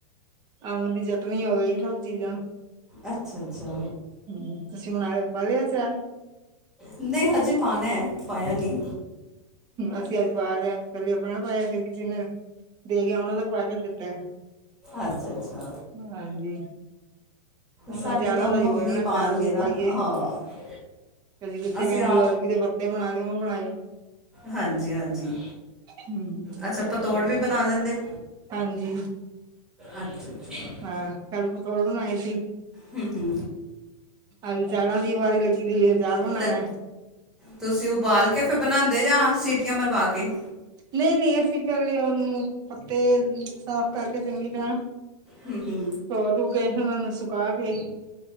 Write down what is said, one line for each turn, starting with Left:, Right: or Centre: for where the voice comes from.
Right: ਆਵਲੇ ਦੀ ਚਟਨੀ ਹੋ ਗਈ ਸਭ ਚੀਜ਼ਾਂ
Centre: ਅੱਛਾ-ਅੱਛਾ।
Right: ਹੂੰ, ਤੁਸੀਂ ਹੁਣ ਆ ਪਾ ਲਿਆ ਅਚਾਰ?
Centre: ਨਹੀਂ ਹਜੇ ਪਾਣਾ ਐ, ਪਾਇਆ ਨਹੀਂ।
Right: ਅਸੀਂ ਅੱਜ ਪਾ ਰਹੇ ਆ ਪਹਿਲੇ ਆਪਣਾ ਪਾਇਆ ਫਿਰ ਕਿਸੇ ਨੇ ਦੇ ਗਿਆ ਉਹਨਾਂ ਦਾ ਪਾ ਕੇ ਦਿੱਤਾ ਐ।
Centre: ਅੱਛਾ-ਅੱਛਾ
Right: ਹਾਂਜੀ ਹੁਣ
Centre: ਸਾਡੇ
Right: ਹਜ਼ਾਰਾਂ
Centre: ਤਾਂ ਮੰਮੀ
Right: ਵਾਰੀ ਬੋਲਣਾ
Centre: ਪਾਣਗੇ
Right: ਅਚਾਰ-ਚੂਰ
Centre: ਨਾ
Right: ਪਾਈਏ।
Centre: ਹਾਂ
Right: ਕਦੀ ਬੱਚੇ
Centre: ਅਸੀਂ
Right: ਕਹਿਣਗੇ ਅਰਬੀ ਦੇ ਪੱਤੇ ਬਣਾ ਦਿਓ ਉਹ ਬਣਾਏ।
Centre: ਹਾਂਜੀ-ਹਾਂਜੀ,
Right: ਹਮ
Centre: ਅੱਛਾ ਪਤੌੜ
Right: ਹੋਰ
Centre: ਵੀ ਬਣਾ ਲੈਂਦੇ?
Right: ਹਾਂਜੀ।
Centre: ਅੱਛਾ। ਅੱਛਾ
Right: ਹਾਂ ਕੱਲ ਪਤੋੜ ਬਣਾਏ ਸੀ।
Centre: ਹੂੰ-ਹੂੰ
Right: ਅੱਜ ਚਾਰਾਂ ਦੀ ਵਾਰੀ ਲੱਗੀ ਹੋਈ ਏ ਚਾਰ ਬਣਾਣਾ।
Centre: ਤੇ ਤੁਸੀਂ ਉਬਾਲ ਕੇ ਫਿਰ ਬਣਾਦੇ ਜਾਂ ਸੀਟੀਆਂ ਮਰਵਾ ਕੇ?
Right: ਨਹੀਂ-ਨਹੀਂ ਅਸੀਂ ਪਹਿਲੇ ਉਹਨੂੰ, ਪੱਤੇ ਸਾਫ਼ ਕਰਕੇ ਚੰਗੀ ਤਰ੍ਹਾਂ
Centre: ਹੂੰ-ਹੂੰ।
Right: ਧੋ-ਧੂ ਕੇ ਉਹਨਾਂ ਨੂੰ ਸੁਕਾ ਕੇ